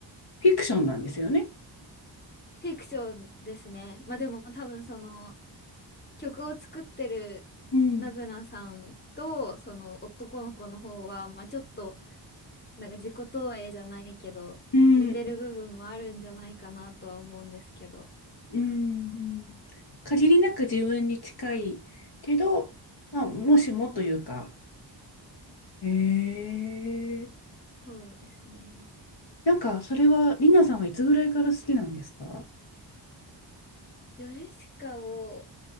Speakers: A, on the left; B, on the left.
A: ィクションなんですよね。
B: フィクションですね。まあでも多分その曲を作ってるナブナさんとその男の子の方は、
A: うん。
B: まあちょっとなんか自己投影じゃないけど、
A: うん。
B: 似てる部分もあるんじゃないかなとは思うんですけど。
A: うん。限りなく自分に近いけど、まあ、もしもというか。へえ。
B: そうですね。
A: なんか、それは、リナさんはいつぐらいから好きなんですか
B: ヨルシカを